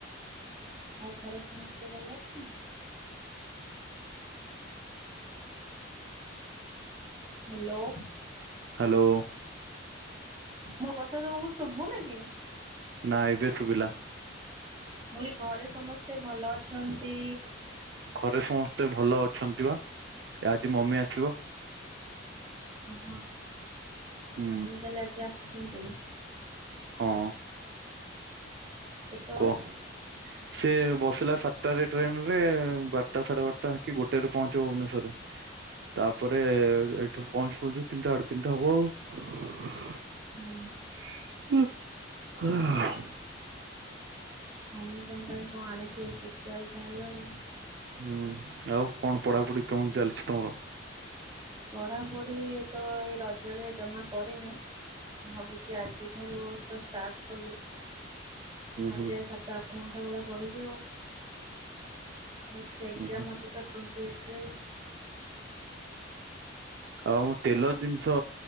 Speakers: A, on the right; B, on the right.
A: ଆଉ ଘରେ ସମସ୍ତେ ଭଲ ଅଛନ୍ତି? ହାଲୋ।
B: ହାଲୋ।
A: ମୋ କଥା ତମକୁ ଶୁବୁନି କି।
B: ନା ଏବେ ଶୁବିଲା।
A: ମୁଁ କହିଲି ଘରେ ସମସ୍ତେ ଭଲ ଅଛନ୍ତି।
B: ଘରେ ସମସ୍ତେ ଭଲ ଅଛନ୍ତି ବା ଏ ଆଜି ମମି ଆସିବ।
A: ଅହଁ।
B: ହୁଁ
A: ମମି ତାହେଲେ ଆଜି ଆସୁଛନ୍ତି।
B: ହଁ।
A: କେତେବେଳେ?
B: <unintelligible> ସେ ବସିଲା ସାତଟାରେ ଟ୍ରେନ ରେ ବାରଟା ସାଢେ ବାରଟା କି ଗୋଟେରେ ପହଞ୍ଚିବ ଭୁବନେଶ୍ଵରରେ। ତାପରେ ଏଇଠୁ ପହଞ୍ଚୁ ପହଞ୍ଚୁ ତିନିଟା ଆଢେ଼ ତିନିଟା ହବ ଆଉ।
A: ହୁଁ।
B: <unintelligible>
A: ମମି ତମ ପାଇଁ କଁ ଆଣିଥିବେ ସ୍ଫେଶିଆଲ ତାହେଲେ ଆଉ।
B: ହୁଁ ଆଉ କଣ ପଢାପଢି କେମିତି ଚାଲିଛି ତମର।
A: ପଢାପଢି ତ ଏଇ ରଜରେ ଜମା କରିନି। ଭାବୁଚି ଆଜିଠାରୁ ତ ଷ୍ଟାର୍ଟ କଲି।
B: ହୁଁ
A: ଆଜି
B: ହୁଁ
A: ଆଉ ସାତ ଆଠ ଘଣ୍ଟା ଭଳିଆ ପଢିବି ଆଉ। ନେକ୍ସଟ୍ ଏକ୍ସାମ୍
B: ହୁଁ ହୁଁ।
A: ଅଛି ତ ଟ୍ବେଣ୍ଟି ଏଇଟିରେ।
B: ଆଉ ମୁଁ ତେଲ ଜିନିଷ